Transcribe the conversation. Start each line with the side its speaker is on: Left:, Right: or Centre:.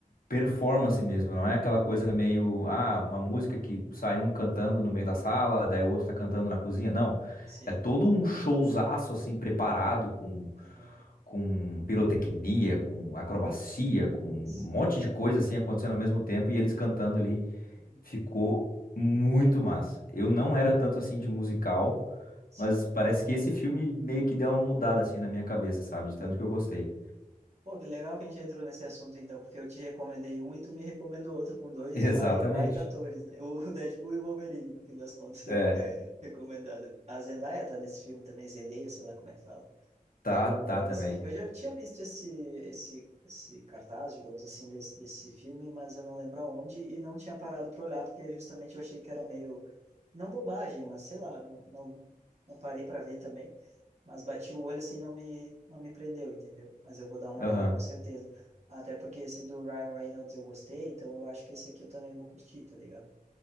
Left: performance mesmo, não é aquela
Right: uhum.
Left: coisa meio, ah, uma música que sai um cantando no meio da sala, daí o outro tá cantando na cozinha. Não,
Right: Sim.
Left: é todo um showzaço assim preparado com
Right: aham,
Left: com pirotecnia, com acrobacia, com um
Right: Sim.
Left: monte de coisa assim acontecendo ao mesmo tempo e eles cantando ali.
Right: uhum,
Left: Ficou muito massa. Eu não era tanto assim de musical,
Right: Sim.
Left: mas parece que esse filme meio que deu uma mudada assim na minha cabeça, sabe? De
Right: uhum.
Left: tanto que eu gostei.
Right: Pô, que legal que a gente entrou nesse assunto então, porque eu te recomendei um e tu me recomendou outro com dois
Left: <laughs> Exatamente.
Right: bai- baita atores, né? O <laughs> Deadpool e o Wolverine, no fim das contas,
Left: É,
Right: <laughs> recomendado. A Zendaya tá nesse filme também, Zendaya, sei lá como é que fala. Eu
Left: tá,
Right: vou
Left: tá também.
Right: assistir. Eu já tinha visto esse esse esse cartaz, digamos assim, desse desse filme, mas eu não lembro aonde e não tinha parado para olhar porque justamente eu achei que era meio não bobagem, mas sei lá, não não, não parei para ver também mas bati o olho assim, não me, não me prendeu, entendeu? Mas eu vou dar uma
Left: Aham.
Right: olhada com certeza. Até porque esse do Ryan Reynolds eu gostei, então eu acho que esse aqui eu também vou curtir, tá ligado?